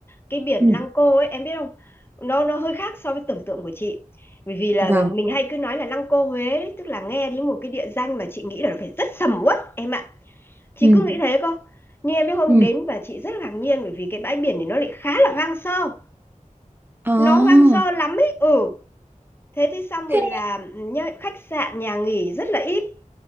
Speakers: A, on the left; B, on the right.
A: cái biển
B: ừ.
A: Lăng Cô ấy em biết không nó nó hơi khác so với tưởng tượng của chị bởi vì là
B: vâng
A: mình hay cứ nói là Lăng Cô Huế đấy, tức là nghe đến một cái địa danh mà chị nghĩ là nó phải rất sầm uất em ạ chị
B: ừ.
A: cứ Ừ. nghĩ thế cơ nhưng em biết không
B: ừ.
A: đến và chị rất ngạc nhiên bởi vì cái bãi biển này nó lại khá là hoang sơ
B: Ồ.
A: nó hoang sơ lắm ấy ừ Thế thì xong
B: thế
A: rồi là nhá, khách sạn, nhà nghỉ rất là ít.